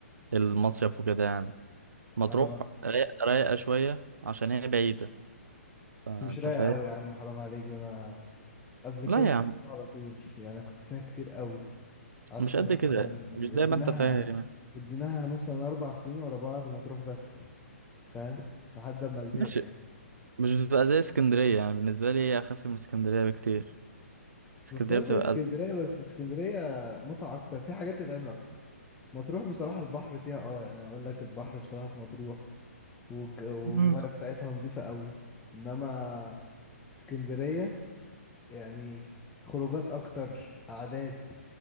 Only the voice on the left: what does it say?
أنا ما
بس مش رايق
قوي يا عم حرام عليك ده أنا قبل كده
كنت
على طول يعني كنت فيها كتير قوي قعدت
مثلا
اديناها
اديناها مثلا اربع سنين ورا بعض مطروح بس فاهم لحد ما زهقنا
يعني
بتبقى
زي اسكندريه
بس اسكندريه متعه اكتر في حاجات تتعمل اكتر مطروح بصراحه البحر فيها اه يعني اقول لك البحر بصراحه في مطروح والج- والميه
بتاعتها نظيفه قوي انما اسكندريه يعني خروجات اكتر قعدات